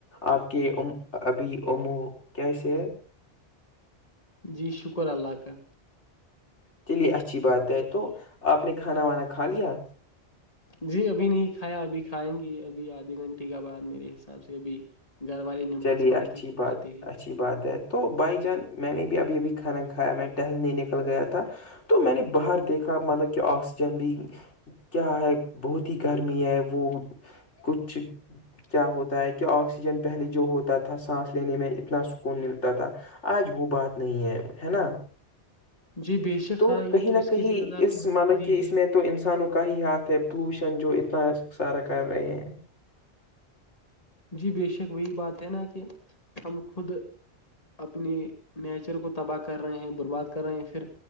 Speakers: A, on the left; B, on the left.
A: آپ کے ا ابھی امو کیسے ہے
B: جی شکر اللہ کا
A: چلیے اچھی بات ہے تو آپ نے کھانا وانا کھا لیا
B: جی ابھی نہیں کھایا ابھی کھائیں گے ابھی آدھے گھنٹے کے بعد میرے حساب سے ابھی گھر والے نماز
A: چلیے
B: پڑھ
A: اچھی
B: کے پکاتے
A: بات
B: ہیں
A: اچھی بات ہے تو بائی جان میں نے بھی ابھی ابھی کھانا کھایا میں ٹہلنے نکل گیا تھا تو میں نے باہر دیکھا مطلب کہ آکسیجن بھی کیا ہے بہت ہی گرمی ہے وہ کچھ کیا ہوتا ہے کہ آکسیجن پہلی جو ہوتا تھا سانس لینے میں اتنا سکون ملتا تھا آج وہ بات نہیں ہے ہے نا
B: جی بے شک
A: تو
B: ہاں یہ
A: کہیں نہ
B: اس
A: کہیں
B: کے ذمہ دار
A: اس
B: تو ہم
A: مطلب
B: خود ہی
A: کہ اس
B: ہے
A: میں تو انسانوں کا ہی ہاتھ ہے پلوشن جو اتنا سارا کر رہے ہیں
B: جی بے شک وہی بات ہے نا کہ ہم خود اپنی نیچر کو تباہ کر رہے ہیں برباد کر رہے ہیں پھر